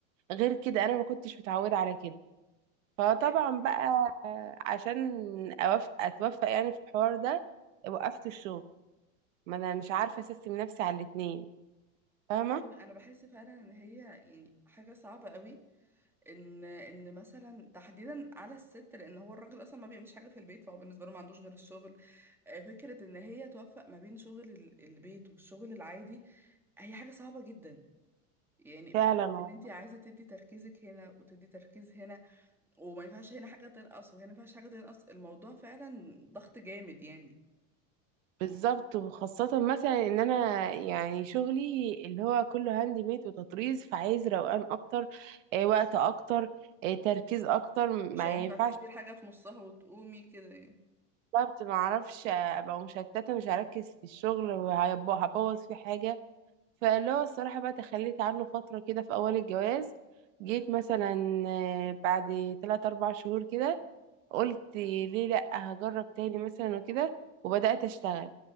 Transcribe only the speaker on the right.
غير كده انا ما كنتش متعوده على كده فطبعا
بقى عشان أوف... اتوفق يعني في الحوار ده وقفت الشغل ما انا مش عارفه اسيستم نفسي على الاتنين فاهمه
فعلا
بالظبط وخاصة مثلا ان انا يعني شغلي اللي هو كله هاند ميد وتطريز فعايز روقان اكتر آه، وقت اكتر آه، تركيز اكتر ما
ينفعش
بالظبط ما اعرفش آه، ابقى مشتتة مش هركز في الشغل وهيبقى- هبوظ في حاجة فاللي هو الصراحة بقى تخليت عنه فترة كده في اول الجواز جيت مثلا آه، بعد 3 4 شهور كده قلت ليه لا هجرب تاني مثلا وكده وبدأت اشتغل